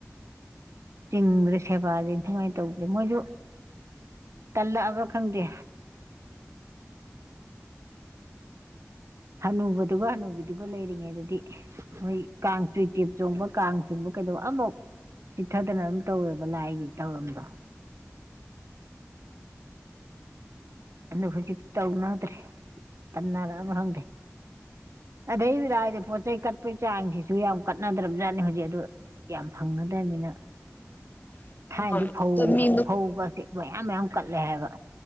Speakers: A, on the right (about 65°); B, on the left (about 35°).
A: ꯆꯤꯡꯕꯗ ꯁꯦꯕꯥꯁꯦ ꯅꯤꯡꯊꯤꯉꯥꯏꯅ ꯇꯧꯗꯦ ꯃꯣꯏꯁꯨ ꯇꯜꯂꯛꯑꯕ꯭ꯔꯥ ꯈꯪꯗꯦ ꯍꯅꯨꯕꯗꯨꯒ ꯍꯅꯨꯕꯤꯗꯨꯒ ꯂꯩꯔꯤꯉꯩꯗꯗꯤ ꯃꯣꯏ ꯀꯥꯡ ꯆꯨꯏꯇꯦꯞ ꯆꯣꯡꯕ ꯀꯥꯡ ꯆꯣꯡꯕ ꯀꯩꯗꯣ ꯑꯃꯐꯧ ꯆꯤꯠꯊꯗꯅ ꯑꯗꯨꯝ ꯇꯧꯋꯦꯕ ꯂꯥꯏꯒꯤ ꯊꯧꯔꯝꯗꯣ ꯑꯗꯣ ꯍꯧꯖꯤꯛ ꯇꯧꯅꯗ꯭ꯔꯦ ꯇꯟꯅꯔꯛꯑꯕꯔ ꯈꯪꯗꯦ ꯑꯗꯩ ꯂꯥꯏꯗ ꯄꯣꯠ ꯆꯩ ꯀꯠꯄꯒꯤ ꯆꯥꯡꯁꯤꯁꯨ ꯌꯥꯝ ꯀꯠꯅꯗ꯭ꯔꯕꯖꯥꯠꯅꯤ ꯍꯧꯖꯤꯛ ꯑꯗꯨ ꯌꯥꯝ ꯐꯪꯅꯗꯕꯅꯤꯅ
B: <unintelligible>
A: ꯊꯥꯏꯅꯗꯤ ꯐꯧ
B: ꯑꯗꯣ ꯃꯤ
A: ꯐꯧ ꯒꯁꯦ ꯃꯌꯥꯝ ꯃꯌꯥꯝ ꯀꯠꯂꯦ ꯍꯥꯏꯕ